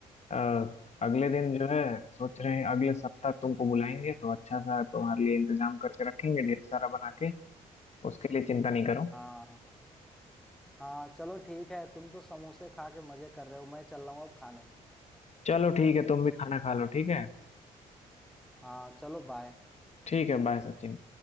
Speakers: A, on the left; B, in the centre.
A: अ, अगले दिन जो है सोच रहे हैं अगले सप्ताह तुमको बुलाएंगे तो अच्छा सा तुम्हारे लिए इंतजाम करके रखेंगे ढेर सारा बना के उसके लिए चिंता नहीं करो
B: हाँ हाँ चलो ठीक है तुम तो समोसे खा के मजे कर रहे हो मैं चल रहा हूँ अब खाने
A: चलो ठीक है तुम भी खाना खा लो ठीक है
B: हाँ चलो बाय
A: ठीक है बाय सचिन